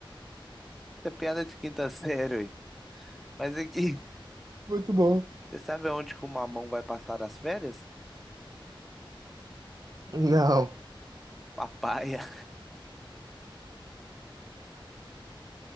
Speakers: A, in the centre; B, on the right.
A: é piada de quinta série, aí. Mas aqui,
B: Muito bom.
A: <laughs> você sabe aonde que o mamão vai passar as férias?
B: Não.
A: Papaya.